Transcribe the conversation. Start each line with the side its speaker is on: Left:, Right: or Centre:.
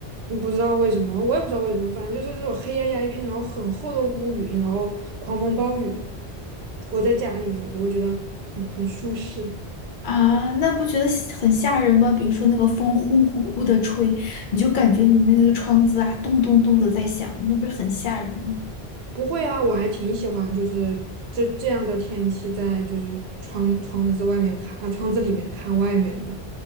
Right: 嗯不知道为什么，我也不知道为什么，反正就是这种黑压压一片，然后很厚的乌云，然后狂风暴雨。我在家里面，我就会觉得很很舒适。
Left: 啊，那不觉得吓很吓人吗？比如说那个风呼呼呼的吹，你就感觉你那个窗子啊，咚咚咚的在响，那不是很吓人吗？
Right: 不会啊，我还挺喜欢，就是这这样的天气，在就是窗窗子外面看，啊，窗子里面看外面的。